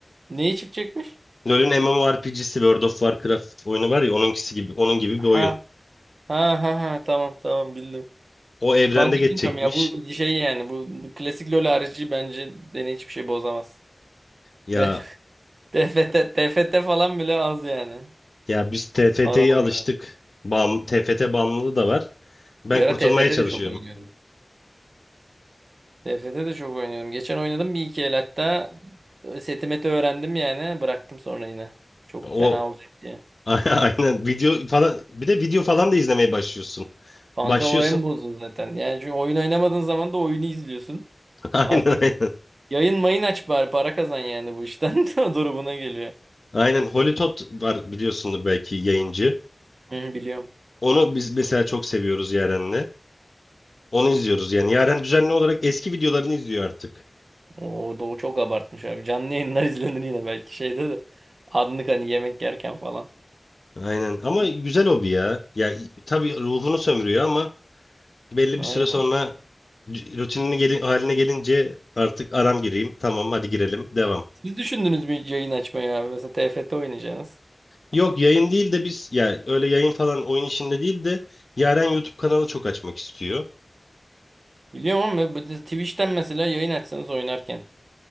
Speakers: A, on the right; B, on the left.
A: Neyi çıkacakmış?
B: LoL'ün MMORPG'si World of Warcraft oyunu var ya onunkisi gibi onun gibi
A: Ha
B: bir oyun.
A: ha ha ha tamam tamam bildim.
B: O evrende
A: Kanka bilmiyorum
B: geçecekmiş.
A: ya bu şey yani bu klasik LoL harici bence beni hiçbir şey bozamaz.
B: Ya
A: De- <laughs> T- TFT, TFT falan bile az yani.
B: ya biz TFT'ye
A: Arama
B: alıştık.
A: göre.
B: Bam, TFT bağımlılığı da var. Ben
A: Bir ara
B: kurtulmaya
A: TFT
B: çalışıyorum.
A: de çok oynuyordum. TFT de çok oynuyorum. Geçen oynadım bir iki el hatta setimeti öğrendim yani bıraktım sonra yine. Çok
B: O
A: fena olacak diye.
B: <laughs> aynen video falan bir de video falan da izlemeye başlıyorsun.
A: Kanka
B: Başlıyorsun.
A: o en bozdu zaten. Yani çünkü oyun oynamadığın zaman da oyunu izliyorsun.
B: <laughs> Aynen
A: Artık
B: aynen.
A: yayın mayın aç bari para kazan yani bu işten. <laughs> Durumuna geliyor.
B: Aynen Holy Tot var biliyorsundur belki yayıncı.
A: Hı, biliyorum.
B: Onu biz mesela çok seviyoruz Yaren'le. Onu izliyoruz yani. Yaren düzenli olarak eski videolarını izliyor artık.
A: O Doğu çok abartmış abi. Canlı yayınlar <laughs> izlenir yine belki şeyde de. Anlık hani yemek yerken falan.
B: Aynen. Ama güzel hobi ya. Ya i- tabii ruhunu sömürüyor ama belli
A: Aynen.
B: bir süre sonra c- rutinini geli- haline gelince artık aram gireyim. Tamam hadi girelim. Devam.
A: Siz düşündünüz mü hiç yayın açmayı abi? Mesela TFT oynayacaksınız.
B: Yok yayın değil de biz ya öyle yayın falan oyun işinde değil de Yaren YouTube kanalı çok açmak istiyor.
A: Biliyorum ama böyle Twitch'ten mesela yayın açsanız oynarken.